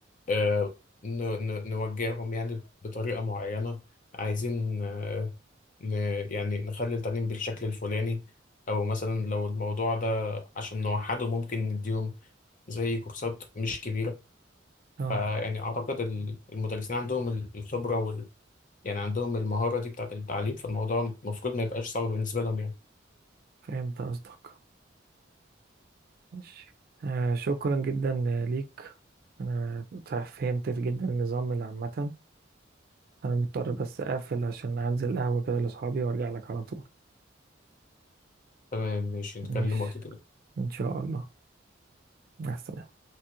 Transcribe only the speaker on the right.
اه
فهمت قصدك ماشي آه شكرا جدا ليك انا فهمت جدا النظام اللي عامة انا مضطر بس اقفل عشان انزل قهوة كده لاصحابي وارجع لك على طول
ماشي
ان شاء الله مع السلامة